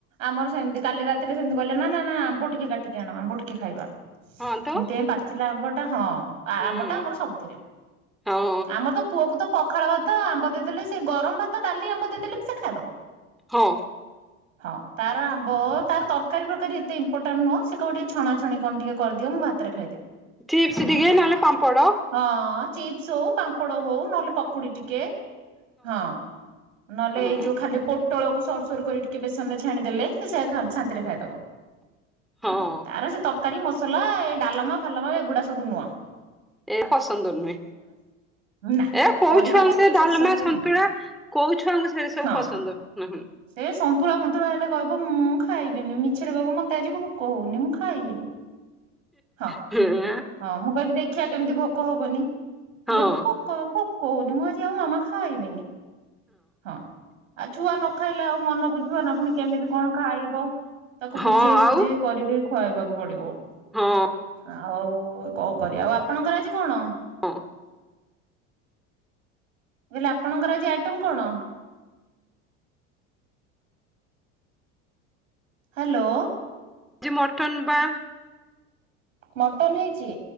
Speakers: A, on the right (about 85°); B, in the centre.
A: ଆମର ସେମତି କାଲି ରାତିରେ ସେମତି କହିଲେ ନା ନା ନା ଆମ୍ବ ଟିକେ କାଟିକି ଆଣ ଆମ୍ବ ଟିକେ ଖାଇବା।
B: ହଁ ତ
A: ସେଇଥିପାଇଁ ପାଚିଲା ଆମ୍ବ ଟା ହଁ। ଆମ୍ବଟା
B: ହୁଁ
A: ଆମର ସବୁଥିରେ
B: ହଁ
A: ଆମର ତ ପୁଅକୁ ତ ପଖାଳ ଭାତ ଆମ୍ବ ଦେଇଦେଲେ ସେ ଗରମ ଭାତ ଡାଲି ଆମ୍ବ ଦେଇଦେଲେ ବି ସେ ଖାଇଦବ।
B: ହଁ।
A: <inaudible> ହଁ ତାର ଆମ୍ବ ତାର ତରକାରୀ ଫର୍କାରି ଏତେ ଇମ୍ପୋଟାଣ୍ଟ ନୁହଁ ସେ କହିବ ଟିକେ ଛଣାଛଣି କଣ ଟିକେ କରିଦିଅ ମୁଁ ଭା ତରେ ଖାଇଦେବି।
B: ଚିପ୍ସ ଟିକେ ନହେଲେ ପାମ୍ ପଡ଼।
A: ହଁ ଚିପ୍ସ ହଉ ପାମ୍ପଡ ହଉ ନହେଲେ ପ କୁଡି ଟିକେ ହଁ ନହେଲେ
B: ହଁ।
A: ଏଇ ଯୋଉ ଖାଲି ପ ଟଳକୁ ସରୁ ସରୁ କରି ଟିକେ ବେସନ ରେ ଛାଣିଦେଲେ ସେ ଶାନ୍ତିରେ ଖାଇଦବ।
B: ହଁ
A: ଁ ତାର ସେ ତରକାରୀ ମସଲା ଏ ଡାଲମା ଫାଲମା ଏଗୁଡା ସବୁ ନୁଆଁ
B: ଏ ପସନ୍ଦ ନୁହେଁ
A: ନା
B: ଏ କଉଛୁଆ
A: ପରିବା ପତ୍ର
B: ସେ ଡାଲମା
A: ସବୁ
B: ସନ୍ତୁଳା
A: ନୁହଁ
B: କୋଉ ଛୁଆଙ୍କୁ ସେ ସବୁ
A: ହଁ।
B: ପସନ୍ଦ ହୁ ହୁଁ।
A: ସେ ସନ୍ତୁଳା ଫନ୍ତୁଳା ହେଲେ କହିବ ମୁଁ ଖାଇବିନି ମିଛରେ କହିବ ମତେ ଆଜିିବ ଭୋକ ହଉନି ମୁଁ ଖାଇବିନି। ହଁ।
B: <unintelligible>
A: ହଁ ମୁଁ କହିବି ଦେଖିବା କେମିତି ଭୋକ ହବନି ମୁଁ
B: ହଁ
A: କହିବି ଭୋକ ଭୋକ କହୁନି ମୁଁ ଆଜି ଆଉ ମାମା ଖାାଇବିନି ହଁ ଆଉ ଛୁଆ ନ ଖାଇଲେ ଆଉ ମନ ବୁଝିବ ନା ପୁଣି କେମିତି କଣ ଖାଇବ ତାକୁ
B: ହଁ
A: ବୁଝେଇ ସୁଝେଇ
B: ଆଉ
A: କରିକି ଖୁଆଇବାକୁ ପଡିବ।
B: ହଁ।
A: ଆଉ କଣ କରିବା ଆଉ ଆପଣଙ୍କର ଆଜି କଣ?
B: <unintelligible>
A: ମୁଁ କହିଲି ଆପଣଙ୍କର ଆଜି ଆଇଟମ କଣ? ହ୍ୟାଲୋ
B: ଆଜି ମଟନ୍ ବା।
A: ମଟନ ହେଇଛି